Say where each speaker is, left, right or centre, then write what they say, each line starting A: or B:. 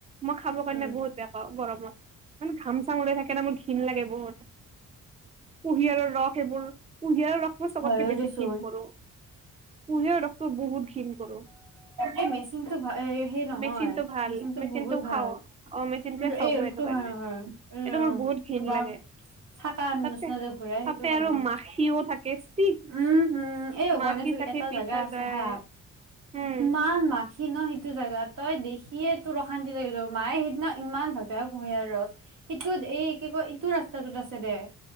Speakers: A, on the right; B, on the right.
A: মই খাবৰ কাৰণে
B: উম।
A: বহুত বেয়া পাও গৰমত মানে ঘাম চাম উলাই থাকে ন মোৰ ঘিন লাগে বহুত কুঁহিয়াৰৰ ৰস এইবোৰ কুঁহিয়াৰৰ ৰস মই চবতকে
B: হয়ও
A: বেছি
B: দেচোন
A: ঘিণ কৰো, কুঁহিয়াৰ ৰসটো বহুত ঘিণ কৰো।
B: এই মেচিন টো ভা সেই নহয়
A: মেচিনটো ভাল
B: মেচিন টো
A: মেচিনটো
B: বহুত ভাল।
A: খাও অ মেচিনটোৱে
B: কিন্তু
A: খাও মই এইটো কাৰণে
B: ভাল নহয় এই
A: এইটো মোৰ বহুত ঘিণ
B: কিবা
A: লাগে।
B: চাকা নিচিনা
A: তাতে
B: যে ঘূৰাই সেইটো
A: তাতে
B: ভাল
A: আৰু
B: নহয়।
A: মাখিও থাকে চি।
B: উম হম এই
A: মাখি
B: গণেশগুৰি
A: চাখি
B: এটা
A: পিচা
B: জাগা আছে
A: যায়
B: হা
A: উম।
B: ইমান মাখি ন সিটো জেগা তই দেখিয়ে তোৰ অশান্তি লাগি যাব, মায়ে সেইদিনা ইমান ভাল পায় কুঁহিয়াৰ ৰস, ইটোত এই কি কয় ইটো ৰাস্তাটোত আছে দে